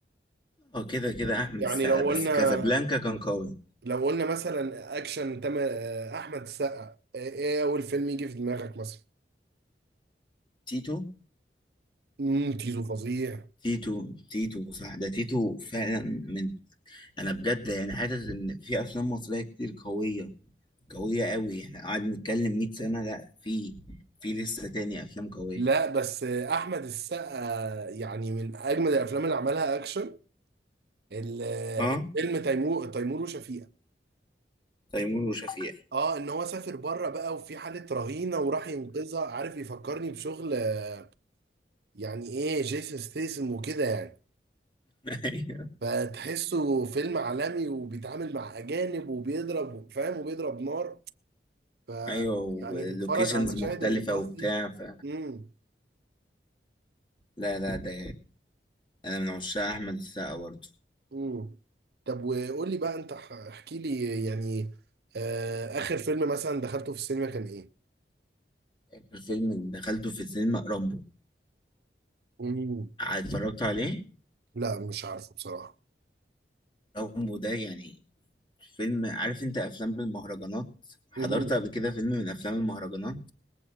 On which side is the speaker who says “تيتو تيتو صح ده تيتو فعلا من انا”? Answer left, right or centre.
Left